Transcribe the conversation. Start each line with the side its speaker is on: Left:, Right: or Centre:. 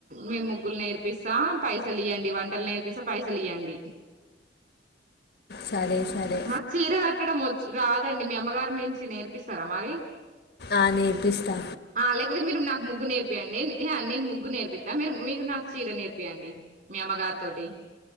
Right: నేను ముగ్గులు నేర్పిస్తా పైసలు ఇయ్యండి వంటలు నేర్పిస్తా పైసలు ఇయ్యండి
Left: సరే సరే
Right: మాకు చీర కట్టడం వ రాదండి మీ అమ్మగారి నుంచి నేర్పిస్తారా మరి
Left: ఆ నేర్పిస్తా
Right: ఆ లేకపోతే మీరు ముగ్గు నేర్పిచండి నేను ముగ్గు నేర్పిస్తా మీరు మీరు నాకు చీర నేర్పియంండి మీ అమ్మగారి తోటి